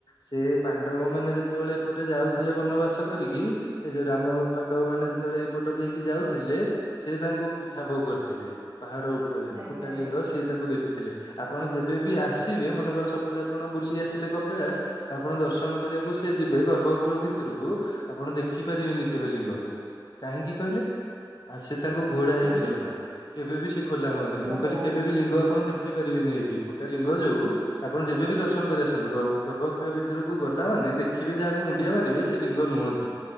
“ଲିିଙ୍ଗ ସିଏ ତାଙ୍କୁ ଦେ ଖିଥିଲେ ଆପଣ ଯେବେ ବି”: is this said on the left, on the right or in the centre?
Left